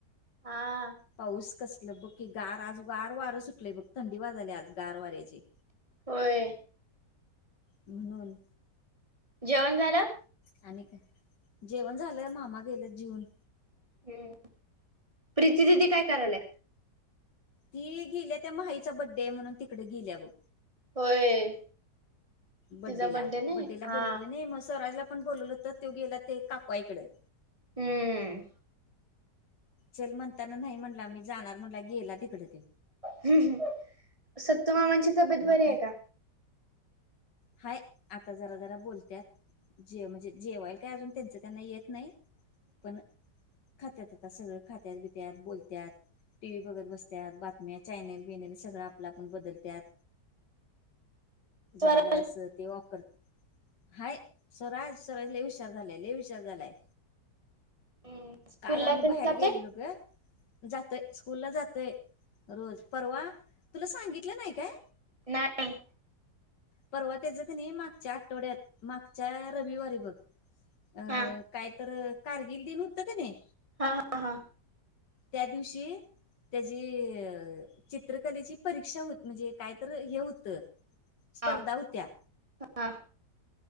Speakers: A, on the right; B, on the left.
A: हा.
B: पाऊस कसल बघ की, गार आज गार वार सुटलंय बघ, थंडी वाजालिया आज गार वाऱ्याचे
A: होय.
B: म्हणून
A: जेवण झालं?
B: आणि काय, जेवण झालंय, मामा गेलं जीऊन
A: हूम्म, प्रीती दिदी काय करालीया?
B: ती गेलीया, त्या माहीचा बड्डे हाय म्हणून तिकडे गेल्या बघ.
A: होय.
B: बद्देला,
A: तिचा बड्डे नाही
B: बड्डेला
A: हा
B: बोलवले नाही मग, स्वराजला पण बोलवलं होत, तो गेला ते काकु आई इकड.
A: हूम.
B: चल म्हणताना नाही म्हणला, मी जाणार म्हणला गेला तिकडच
A: हू हू सत्तूमामांची तब्येत
B: मग
A: बरी
B: आता
A: आहे का?
B: हाय आता जरा जरा बोलत्यात, जे म्हणजे जे्वाय काय अजून तेच त्यांना येत नाही, पण खात्यात आता सगळं खात्यात, पीत्यात, बोलत्यात टी व्ही बघत बसत्यात, बातम्या चायनेल बीनेल सगळं आपल्या आपण बदलत्यात.
A: स्वर
B: जरा जरासं ते वॉकर हाय स्व, स्वराज लई हुशार झालाय, लई हुशार झालाय
A: हूम् स्कूलला
B: काल आम्ही
A: तेन
B: बाहेर
A: जाते
B: गेलेलो ग जातय स्कूल जातय रोज परवा, तुला सांगितलं नाही काय?
A: नाही.
B: परवा त्याचं क नी मागच्या आठवड्यात, मागच्या रविवारी बघ. अ
A: हा
B: काय तर कारगिल दिन हूतं का नी?
A: हा हा हा.
B: त्या दिवशी त्याजी अ चित्रकलेची परीक्षा होत म्हणजे काय तर हे होतं. स्पर्धा
A: हा
B: होत्या
A: हा.